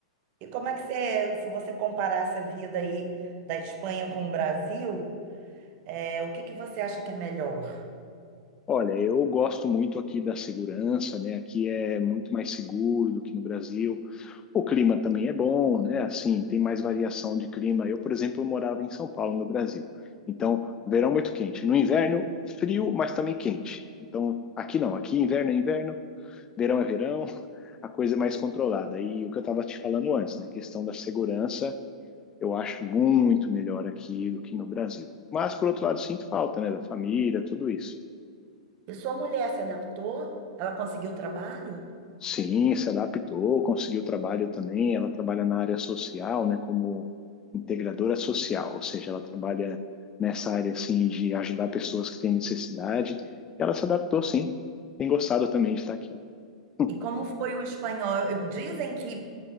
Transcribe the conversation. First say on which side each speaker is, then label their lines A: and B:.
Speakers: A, on the right; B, on the left.
A: E como é que você, se você comparasse a vida aí da Espanha com o Brasil, é, o que que você acha que é melhor?
B: Olha, eu gosto muito aqui da segurança, né? Aqui é muito mais seguro do que no Brasil. O clima também é bom, né? Assim, tem mais variação de clima. Eu, por exemplo, morava em São Paulo, no Brasil. Então, verão muito quente. No inverno, frio, mas também quente. Então, aqui não. Aqui, inverno é inverno, verão é verão, a coisa é mais controlada. E o que eu estava te falando antes, né? A questão da segurança, eu acho muito melhor aqui do que no Brasil. Mas, por outro lado, sinto falta, né? Da família, tudo isso.
A: E sua mulher se adaptou? Ela conseguiu trabalho?
B: Sim, se adaptou, conseguiu trabalho também. Ela trabalha na área social, né, como integradora social, ou seja, ela trabalha nessa área assim de ajudar pessoas que têm necessidade. E ela se adaptou, sim. Tem gostado também de estar aqui. <laughs>
A: E como foi o espanhol? Eu- Dizem que